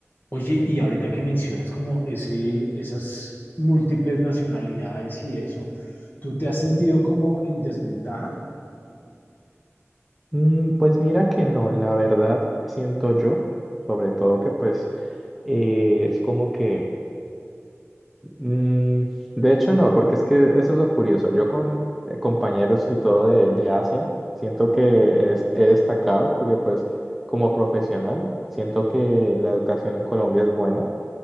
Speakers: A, on the left; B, in the centre.
A: Oye, y ahorita que mencionas como ese, esas múltiples nacionalidades y eso, ¿tú te has sentido como en desventaja?
B: Mm, pues mira que no, la verdad siento yo, sobre todo que pues eh, es como que, mm, de hecho no, porque es que eso es lo curioso. Yo con eh, compañeros y todo de, de Asia, siento que es- he destacado porque pues como profesional, siento que la educación en Colombia es buena